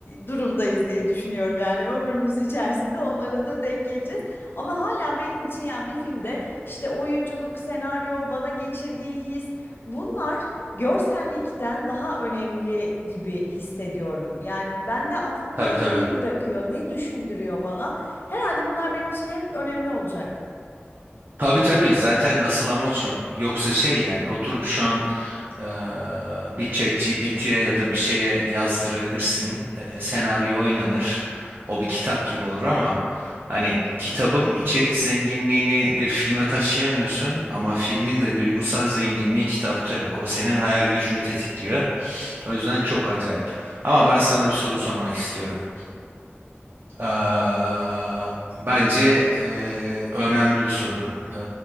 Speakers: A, on the left (about 60°); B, on the right (about 55°).
A: durumdayız diye düşünüyorum. Yani ömrümüz içerisinde onlara da denk geleceğiz. Ama hala benim için yani bir filmde işte oyunculuk, senaryo, bana geçirdiği his bunlar görsellikten daha önemli gibi hissediyorum. Yani ben de aklımda
B: Tabii
A: neyi
B: tabii.
A: bırakıyor, ne düşündürüyor bana. Herhalde bunlar benim için hep önemli olacak.
B: Tabii tabii zaten asıl amaç o. Yoksa şey yani oturup şu an eee, bir chat GPT'ye ya da bir şeye yazdırabilirsin. Eee, senaryo oynanır. O bir kitap gibi olur ama hani kitabın içerik zenginliğini bir filme taşıyamıyorsun ama filmin de duygusal zenginliği kitapta yok. O senin hayal gücünü tetikliyor. O yüzden çok acayip. Ama ben sana bir soru sormak istiyorum. Eee, bence eee, önemli bir soru. Eee,